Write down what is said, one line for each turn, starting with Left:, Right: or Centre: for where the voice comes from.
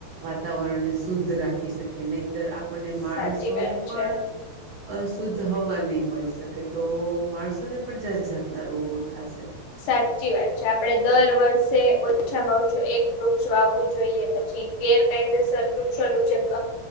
Right: વાતાવરણને શુદ્ધ રાખી શકી નહીતર આપણને માણસોને
Left: સાચી વાત
Right: પણ
Left: છે
Right: અ શુદ્ધ હવા નહી મળી શકે તો માણસોને પણ જાત જાાતના રોગો થશે
Left: સાચી વાત છે આપડે દર વર્ષે ઓછામાં એક વૃક્ષ વાવું જોઈએ પછી ગેરકાયદેસર વૃક્ષોનું જે